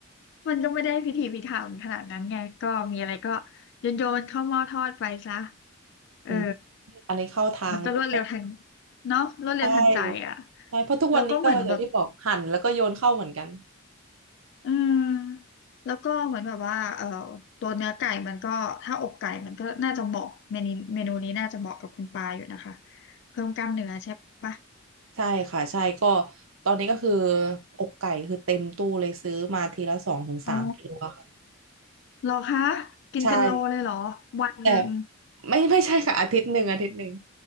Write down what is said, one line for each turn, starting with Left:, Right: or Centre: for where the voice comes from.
Left: มันก็ไม่ได้พิถีพิถันขนาดนั้นไงก็มีอะไรก็โยนโยนเข้าหม้อทอดไปซะเออ
Right: ผมอันนี้เข้าทางเลย
Left: มันก็รวดเร็วทันเนาะรวดเร็วทันใจอะ
Right: ใช่ ใช่เพราะทุกวันนี้ก็อย่างที่บอกหั่นแล้วก็โยนเข้าเหมือนกัน
Left: แล้วก็เหมือนแบบ อืมแล้วก็เหมือนแบบว่าเอ่อตัวเนื้อไก่มันก็ถ้าอกไก่มันก็น่าจะเหมาะเมนูเมนูนี้น่าจะเหมาะกับคุณปาอยู่นะคะเพิ่มกล้ามเนื้อใช่ปะ
Right: ใช่ค่ะใช่ก็ตอนนี้ก็คืออกไก่คือเต็มตู้เลยซื้อมาทีละสองถึงสามกิโลอะค่ะ
Left: อ๋อเหรอคะกินเป็นโลเลยเหรอวันหนึ่ง
Right: ใช่ แต่ไม่ไม่ใช่ค่ะอาทิตย์หนึ่งอาทิตย์หนึ่ง